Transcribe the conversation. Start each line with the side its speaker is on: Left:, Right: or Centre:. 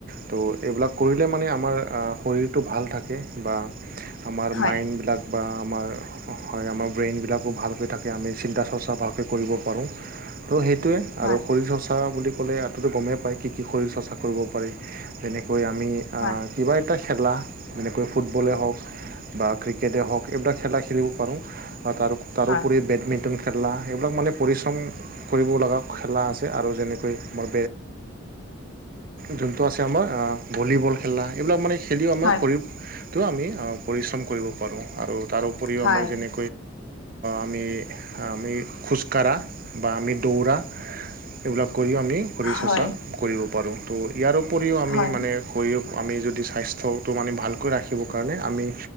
Right: ত' এইবিলাক কৰিলে মানে আমাৰ শৰীৰটো ভাল থাকে বা আমাৰ
Left: হয়
Right: মাইণ্ডবিলাক বা আমাৰ হয় আমাৰ ব্ৰেইনবিলাকো ভালকৈ থাকে আমি চিন্তা চৰ্চা ভালকৈ কৰিব পাৰোঁ ত' সেইটোৱে
Left: হয়
Right: আৰু শৰীৰ চৰ্চা বুলি ক'লে আততো গমেই পায় কি কি শৰীৰ চৰ্চা কৰিব পাৰি যেনেকৈ আমি
Left: হয়
Right: কিবা এটা খেলা যেনেকৈ ফুটবলেই হওক বা ক্ৰিকেটেই হওক এইবিলাক খেলা খেলিব পাৰোঁ তাৰোপৰি
Left: হয়
Right: বেডমিন্ট নতুন খেলা সেইবিলাক মানে পৰিশ্ৰম কৰিব লগা খেলা আছে আৰু যেনেকৈ আমাৰ যোনটো আছে আমাৰ ভলীবল খেলা এইবিলাক মানে খেলিও আমাৰ
Left: হয়
Right: শৰীৰটো আমি পৰিশ্ৰম কৰিব পাৰোঁ আৰু তাৰ উপৰিও
Left: হয়
Right: আমাৰ যেনে আমি আমি খোজকাঢ়া বা আমি দৌৰা এইবিলাক কৰিও আমি শৰীৰ চৰ্চা
Left: হয়
Right: কৰিব পাৰোঁ ত' ইয়াৰ উপৰিও আমি
Left: হয়
Right: মানে শৰীৰ আমি যদি স্বাস্থ্যটো মানে ভালকৈ ৰাখিবৰ কাৰণে আমি